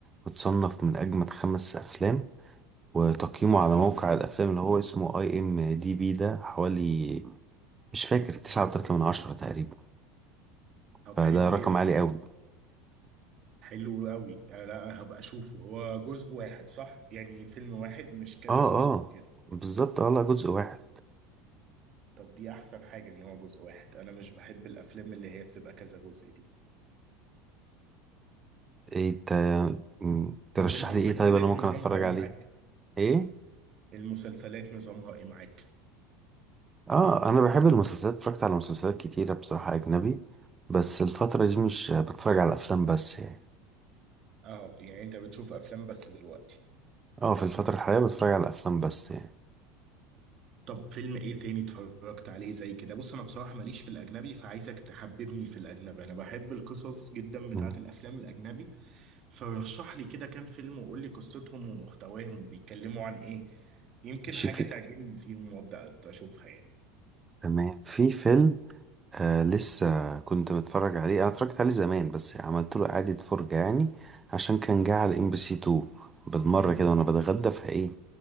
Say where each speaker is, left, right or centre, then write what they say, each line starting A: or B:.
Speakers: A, on the right; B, on the right.
A: متصنف من أجمد خمس أفلام وتقييمه على موقع الأفلام اللي هو اسمه اي ام دي بي ده حوالي مش فاكر تسعة وتلاتة من عشرة تقريبا
B: طب
A: فده
B: حلو
A: رقم
B: جدا
A: عالي أوي
B: حلو قوي آه لا هبقى اشوفه هو جزء واحد صح يعني فيلم واحد مش كذا
A: اه
B: جزء
A: اه
B: كده
A: بالظبط اه لا جزء واحد
B: طب دي احسن حاجة ان هو جزء واحد انا مش بحب الافلام اللي هي بتبقى كذا جزء دي
A: ايه تا- مم، ترشح
B: طب المسلسلات
A: لي ايه طيب انا ممكن
B: نظامها
A: اتفرج
B: ايه
A: عليه
B: معاك
A: ايه
B: المسلسلات نظامها ايه معاك
A: اه انا بحب المسلسلات اتفرجت على مسلسلات كتيرة بصراحة اجنبي بس الفترة دي مش بتفرج على افلام بس يعني
B: اه يعني انت بتشوف افلام بس دلوقتي
A: اه في الفترة الحالية بتفرج على افلام بس يعني
B: طب فيلم ايه تاني اتفرجت عليه زي كده بص انا بصراحة ماليش في الاجنبي فعايزك تحببني في الاجنبي انا بحب القصص جدا بتاعة
A: مم.
B: الافلام الاجنبي فرشح لي كده كام فيلم وقول لي قصتهم ومحتواهم بيتكلموا عن ايه يمكن
A: شي
B: حاجة
A: في
B: تعجبني فيهم وابدا اشوفها يعني
A: تمام في فيلم آه لسه كنت متفرج عليه انا اتفرجت عليه زمان بس عملت له اعادة فرجة يعني عشان كان جه على ام بي سي 2 بالمرة
B: امم
A: كده وانا بتغدى فايه